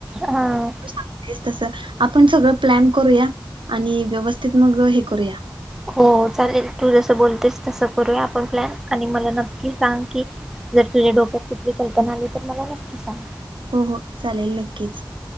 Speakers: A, in the centre; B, on the right.
A: हा
B: सांगतेस तस आपण सगळं प्लॅन करूंया आणि व्यवस्थित मंग हे करूंया. -
A: हो चालेल तू जसं बोलतेस तसं करूंयां आपणं प्लॅन आणि मंला नक्की सांग की, जर तुझ्या डोक्यात कुठली कल्पना आली तर मला नक्की सांग.
B: हो हो चालेल नक्कीचं